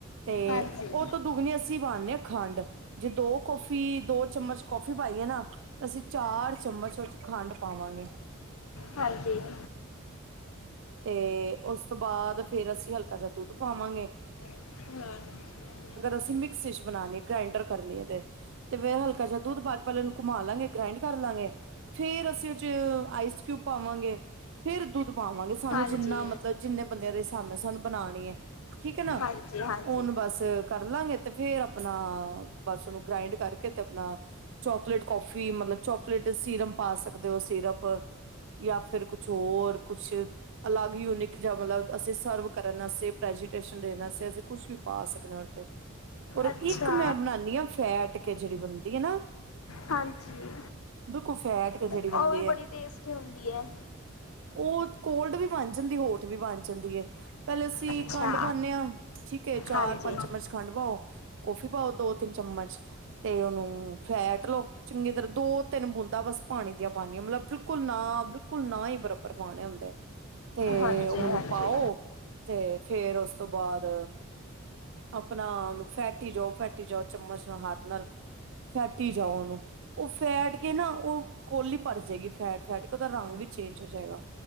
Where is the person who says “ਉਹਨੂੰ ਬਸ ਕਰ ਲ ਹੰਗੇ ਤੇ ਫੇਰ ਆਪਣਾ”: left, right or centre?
Right